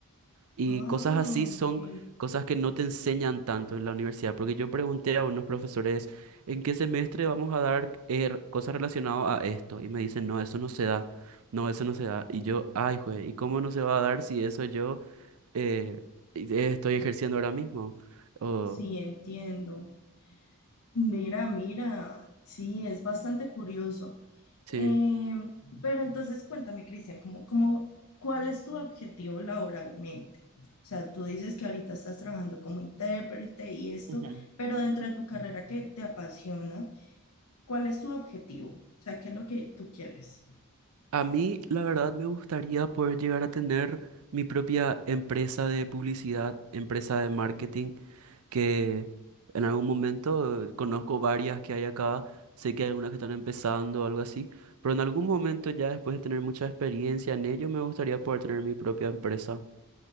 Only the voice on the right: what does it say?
Y
cosas así son
cosas que no te enseñan tanto en la universidad, porque yo pregunté a unos profesores, ¿en qué semestre vamos a dar eh, cosas relacionadas a esto? Y me dicen, no, eso no se da, no, eso no se da. Y yo, ay, güey, ¿y cómo no se va a dar si eso yo eh, estoy ejerciendo ahora mismo? O,
sí.
Ujú.
A mí, la verdad, me gustaría poder llegar a tener mi propia empresa de publicidad, empresa de marketing que en algún momento eh, conozco varias que hay acá, sé que hay algunas que están empezando o algo así, pero en algún momento ya después de tener mucha experiencia en ello, me gustaría poder tener mi propia empresa.